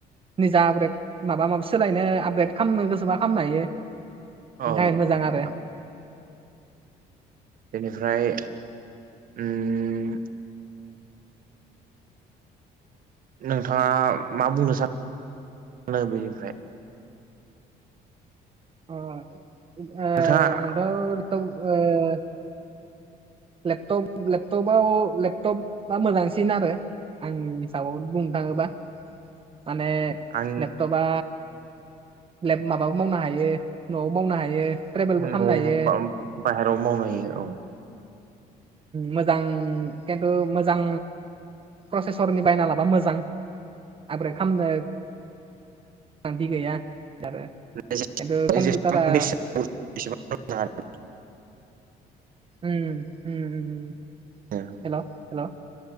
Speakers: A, on the right (about 30°); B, on the right (about 55°).
A: निजा आपग्रेड माबा माबि सोलायनो आपग्रेद खालामनो गोसोबा खालामनो हायो। बेनि
B: औ
A: थाखाय मोजां
B: नोंथां।
A: आरो
B: बेनिफ्राय उम नोंथाङा मा बुंनो सानो बेनिफ्राय
A: अ' ओ
B: नोंथाङा
A: आंथ' ओ लेपटप लेपटपाव लेपटपा मोजांसिन आरो। आंनि हिसाबाव बुंनो थाङोबा माने
B: आं
A: लेपटप बा लेफ माबाबो मावनो हायो न'आवबो मावनो हायो। ट्रेभेलबो
B: न'आव
A: खालामनो हायो
B: बाहेराव मावनो हायो औ।
A: मोजां खिन्थु मोजां प्रसेसरनि बायना लाबा मोजां आपग्रेद खालामनो गोनांथि गैया आरो खिन्थु
B: जेसेबां
A: कम्पिउटारा
B: बेसेबां <unintelligible>
A: उम उम उम।
B: आरो
A: हेल' हेल'